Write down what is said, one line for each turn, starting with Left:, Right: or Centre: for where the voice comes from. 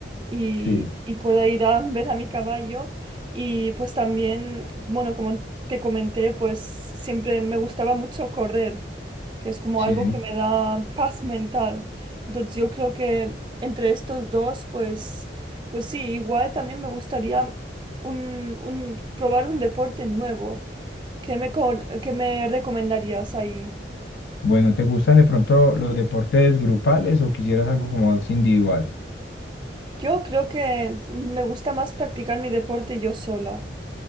Right: y,
Left: Sí,
Right: y pueda ir a <laughs> ver a mi caballo. Y pues también, bueno, como te comenté, pues siempre me gustaba mucho correr, que es como
Left: sí.
Right: algo que me da paz mental. Entonces yo creo que entre estos dos, pues, pues sí, igual también me gustaría un, un- probar un deporte nuevo. ¿Qué me, con- qué me recomendarías ahí?
Left: Bueno, ¿te gustan de pronto los deportes grupales o quisieras algo como más individual?
Right: Yo creo que me gusta más practicar mi deporte yo sola.